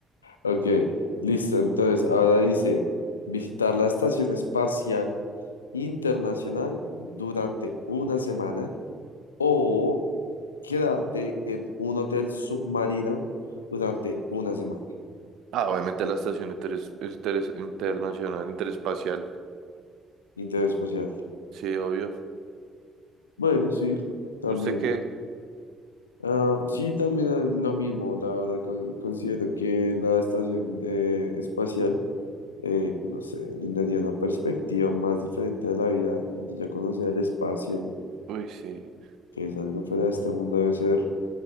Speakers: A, on the left; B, on the right.
A: Ok, listo, entonces, ahora dice, visitar la Estación Espacial Internacional durante una semana o quedarte en un hotel submarino durante una semana.
B: Ah, obviamente la estación interes, interes- internacional, interespacial.
A: Interespacial.
B: Sí, obvio.
A: Bueno, sí, también.
B: ¿Usted qué?
A: Ah, sí, también es lo mismo, la verdad, con- considero que la estación eh, espacial, eh, no sé, brindaría una perspectiva más diferente de la vida, donde ya conocer el espacio,
B: Uy, sí.
A: que es algo fuera de este mundo, debe ser